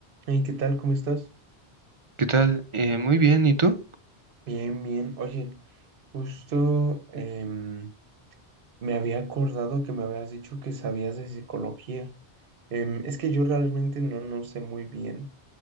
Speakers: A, on the right; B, on the right.
A: Hey, ¿qué tal? ¿Cómo estás?
B: ¿Qué tal? Eh, muy bien, ¿y tú?
A: Bien, bien. Oye, justo em, me había acordado que me habías dicho que sabías de psicología. Em, es que yo realmente no, no sé muy bien,